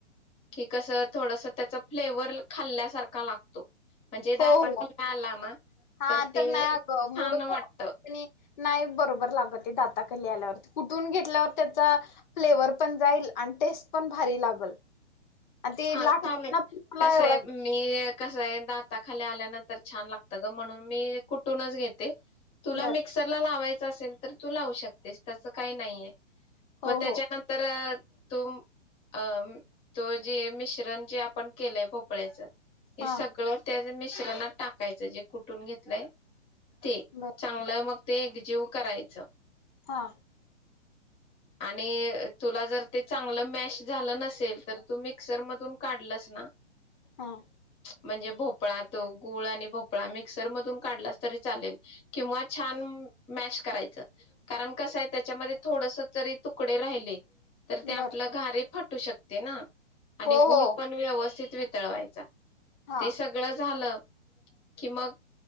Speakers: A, on the left; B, on the left.
A: की कसं थोडस त्याच फ्लेवर खाल्ल्यासारखा लागतो. म्हणजे दाता
B: हो हो
A: खा आला ना
B: हा
A: तर ते
B: नाही अगं
A: छान
B: मूड
A: वाटत.
B: आणि नाही बरोबर लागत ते दाताखाली आल्यावरती कुठून घेतल्यावर त्याचा फ्लेवर पण जाईल आणि टेस्ट पण भारी लागल. आणि ते
A: हा
B: लाट
A: चालेल.
B: <unintelligible> मला
A: कसं
B: एवढा
A: आहे मी कसं आहे दाता खाली आल्यानंतर छान लाग ग म्हणून मी कुठूनच घेते. तुला
B: बर
A: मिक्सरला लावाय असेल तर तू लावू शकतेस तसं काही नाहीये.
B: हो
A: मग त्याच्यानंतर
B: हो
A: तो अ तो, जे मिश्रण जे आपण केलंय भोपळ्याचं हे
B: हा
A: सगळं त्या मिश्रनात टाकायचं जे कुटून घेतलंय. ते
B: बर
A: चांगलं मग ते एकजीव करायचं.
B: हा.
A: आणि तुला जर ते चांगलं मॅश झालं नसेल, तर तू मिक्सर मधून काढलस ना
B: हा.
A: म्हणजे भोपळा तो गूळ आणि भोपळा मिक्सर मधून काढलस तरी चालेल, किंवा छान मॅश करायचं. कारण कसंय त्याच्यामध्ये थोडस जरी तुकडे राहिले तर ते आपलं
B: बर
A: घारे फा फाटू शकते ना. आणि
B: हो
A: गुळ
B: हो
A: पण व्यवस्थित वितळवायचा.
B: हा
A: ते सगळं झालं कि मग